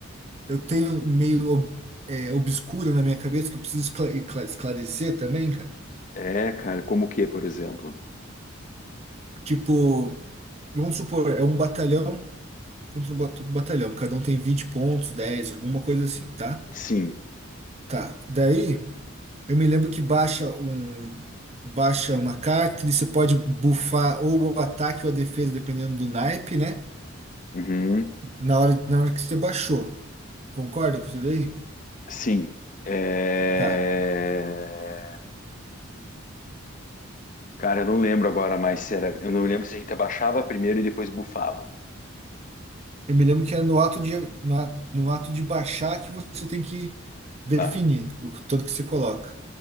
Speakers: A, on the right (about 30°); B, on the left (about 40°).
A: eu tenho meio é, obscura na minha cabeça que eu preciso escla- ecla- esclarecer também, cara.
B: É, cara, como o que, por exemplo?
A: Tipo, vamos supor, é um batalhão contra um bat- outro batalhão. Cada um tem 20 pontos, 10, alguma coisa assim, tá?
B: Sim.
A: Tá. Daí, eu me lembro que baixa um baixa uma carta e você pode bufar ou o ataque ou a defesa, dependendo do naipe, né?
B: Uhum.
A: Na hora, na hora que você baixou. Concorda com isso daí?
B: Sim. É...
A: Tá.
B: Cara, eu não lembro agora mais se era. Eu não lembro se a gente abaixava primeiro e depois bufava.
A: Eu me lembro que é no ato de, na- no ato de baixar que você tem que definir
B: Tá.
A: o tanto que você coloca,